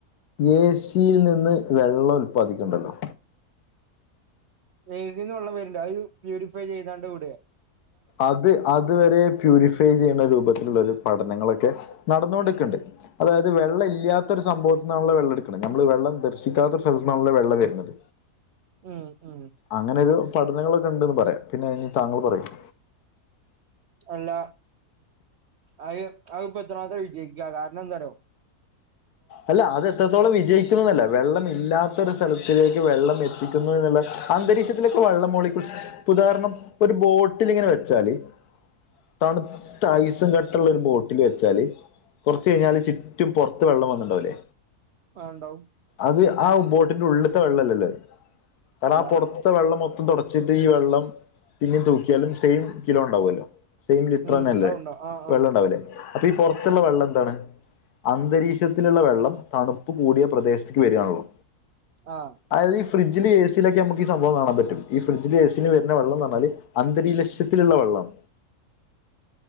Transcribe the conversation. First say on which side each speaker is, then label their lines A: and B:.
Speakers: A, on the left; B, on the right.
A: എ സിയിൽ നിന്ന് വെള്ളം ഉൽപാദിക്കണ്ടല്ലോ
B: ഏ സിന്ന് വെള്ളം വരില്ല അത് പ്യൂരിഫൈ ചെയ്താണ്ട് വിടേ
A: അത് അതുവരെ പ്യൂരിഫൈ ചെയ്യുന്ന രൂപത്തിലുള്ള ഒരു പഠനങ്ങളൊക്കെ നടനോണ്ട് ക്ക് അതായത് വെള്ളം ഇല്ലാത്തരു സംഭവത്തി നിന്നാണോ വെള്ളം എടുക്കണ നമ്മള് വെള്ളം ദർശിക്കാത്തൊ ഒരു സ്ഥലത്ത നിന്നാണല്ലോ വെള്ള വരുന്നത്
B: ഉം ഉം
A: അങ്ങനെൊരു പഠനങ്ങളൊക്കെ ഉണ്ടന്ന് പറയാം പിന്നെ താങ്കൾ പറയും
B: അല്ല അഹ് അഹ്പ്പ എത്രമാത്രം വിജയിക്ക കാരണം എന്താറ്യോ
A: അല്ല അത് എത്രത്തോളം വിജയി ക്കുന്നല്ല വെള്ളം ഇല്ലാത്ത ഒരു സ്ഥലത്തിലേക്ക് വെള്ളം എത്തിക്കുന്നു എന്നുള്ള അന്തരീക്ഷത്തിലൊക്കെ വെള്ളം മോളീ ഉദാഹരണം ഒരു ബോട്ടിലിങ്ങനെ വെച്ചാല് തണുത്ത ഐസും കട്ടുള്ള ഒരു ബോട്ടിൽ വെച്ചാല് കുറച്ച് കഴിഞ്ഞാല് ചുറ്റും പൊർത്ത് വെള്ളം വന്നല്ലോലേ
B: ആഹ് ണ്ടാവും
A: അത് ആഹ് ബോട്ടിന്റെ ഉള്ളിത്തെ വെള്ളല്ലല്ലേ കര്ന
B: അല്ല
A: ആഹ് പൊറ ത്തെ വെള്ളം മൊത്തം തുടച്ചിട്ട് ഈ വെള്ളം പിന്നും തൂക്കിയാലും സെയിം കിലോ ണ്ടാവോല്ലോ സെയിം ലിറ്റർന്നല്ലേ
B: ഉം ഉണ്ടാവും ഉണ്ടാവും ആഹ്
A: വെള്ളംണ്ടാവല്ലേ
B: ആഹ്
A: അപ്പൊ ഈ പൊർത്തുള്ള വെള്ളം എന്താണ് അന്തരീക്ഷ ത്തില്ള്ള വെള്ളം തണുപ്പ് കൂടിയ പ്രദേശത്ക്ക് വരാണല്ലോ
B: ആഹ്
A: അയത് ഈ ഫിഡ്ജില് എ സി യിലൊക്കെ നമക്ക്ഈ സംഭം കാണാൻ പറ്റു ഈ ഫ്രിഡ്ജില് എ സി ല് വെര്ണ വെള്ളംന്നർഞാല് അന്തരീലക്ഷ്യത്തിലുള്ള വെള്ളം